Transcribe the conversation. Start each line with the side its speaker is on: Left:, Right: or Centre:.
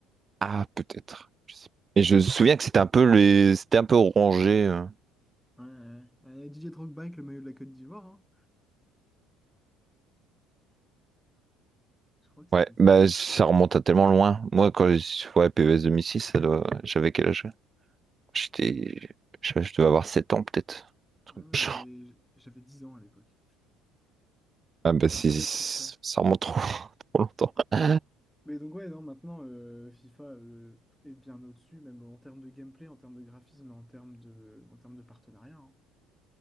Right: Ah, peut-être. Je sais pas. Et je me souviens que c'était un peu les, c'était un peu orangé. euh.
Centre: Ouais, ouais, ouais. Ouais, Didier Drogba avec le maillot de la Côte d'Ivoire, hein. Je crois que
Right: Ouais,
Centre: c'était ça.
Right: bah ça remonte à tellement loin. Moi, quand je ouais, PES 2006, ça doit... j'avais quel âge? J'étais, je, je devais avoir 7 ans peut-être. Un truc
Centre: Ouais, moi,
Right: dans le
Centre: j'avais,
Right: genre.
Centre: j'avais 10 ans à l'époque.
Right: Ah bah si,
Centre: C'est
Right: si,
Centre: peut-être pour ça.
Right: ça remonte trop, <laughs> trop longtemps. En
Centre: Mais donc, ouais, non, maintenant, euh, FIFA euh, est bien au-dessus, même en termes de gameplay, en termes de graphisme, en termes de, en termes de partenariat. hein.